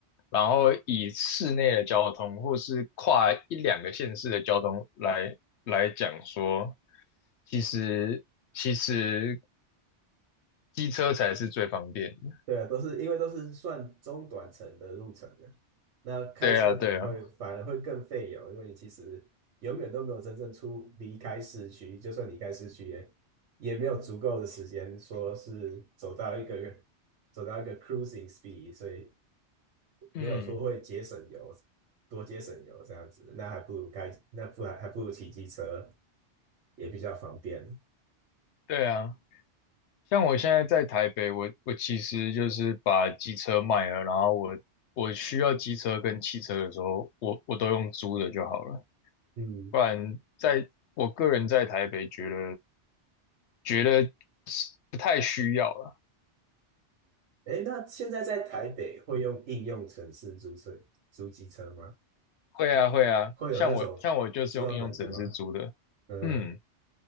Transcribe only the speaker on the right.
对啊，都是因为都是算中短程的路程的，那开车可能会反而会更费油，
因为你其实永远都没有真正出离开市区，就算离开市区也也没有足够的时间说是走到一个走到一个 cruising speed，所以没有说会节省油，
多节省油这样子，那还不如开，那不还还不如骑机车，也比较方便。
嗯，
哎，那现在在台北会用应用程式租车、租机车吗？
会有那种专门的吗？
嗯，